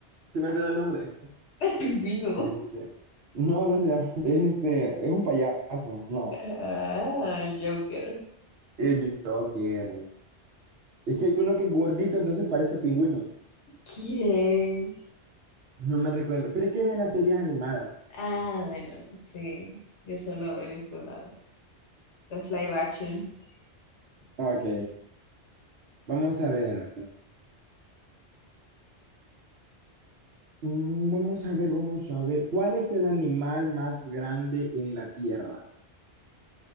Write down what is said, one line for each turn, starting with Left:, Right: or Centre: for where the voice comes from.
Right: se me olvidó el nombre.
Left: <laughs> El pingüino.
Right: Este, no, no se llama. Es Este, es un payaso. No,
Left: Ah, el Joker.
Right: el Joker. Es que hay uno que es gordito, entonces parece pingüino.
Left: ¿Quién?
Right: No me recuerdo. Pero es que es en las series animadas.
Left: Ah, bueno, sí. Yo solo he visto las. Las live action.
Right: Ok, vamos a ver. Mm, Vamos a ver, vamos a ver. ¿Cuál es el animal más grande en la Tierra?